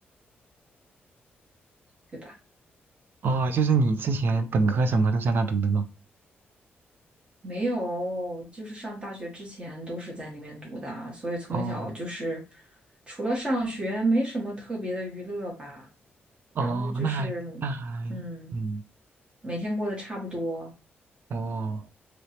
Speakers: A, on the right; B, on the right.
A: 对吧？
B: 哦，就是你之前本科什么都在那读的吗？
A: 没有，就是上大学之前都是在那边读的啊，所以从小就是
B: 哦
A: 除了上学，没什么特别的娱乐吧。
B: 哦，
A: 然后就是，
B: 那还那还嗯
A: 嗯，每天过得差不多，
B: 哦，